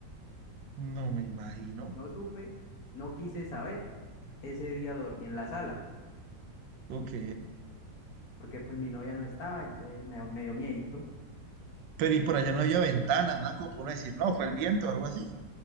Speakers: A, on the right; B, on the left.
A: no me imagino.
B: <laughs> No supe, no quise saber, ese día dormí en la sala,
A: Ok.
B: porque pues mi novia no estaba, entonces me, me dio miedito.
A: Pero y por allá no había ventanas, nada como para uno decir, no, fue el viento o algo así.